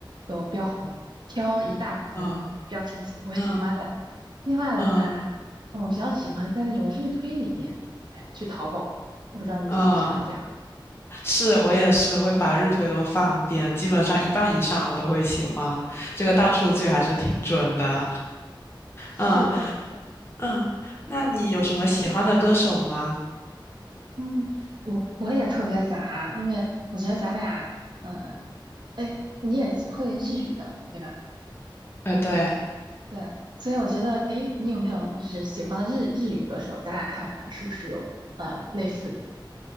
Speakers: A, on the right (about 60°); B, on the left (about 30°).
A: 都标红，挑一大部分标成喜我喜欢的。
B: 嗯嗯
A: 另外的话，
B: 嗯
A: 我比较喜欢在那种日推里面，哎，去淘宝。我不知道你喜不喜欢这样。
B: 嗯。啊是我也是，我会把日推都放一遍，基本上一半以上我都会喜欢。这个大数据还是挺准的。
A: 是的，
B: 嗯
A: 是的，
B: 嗯，那你有什么喜欢的歌手吗？
A: 嗯，我我也特别杂，因为我觉得咱俩，嗯，哎，你也会日语的，对吧？
B: 哎，对。
A: 对，所以我觉得，哎，你有没有就是喜欢的日日语歌手？咱俩看看是不是有呃类似的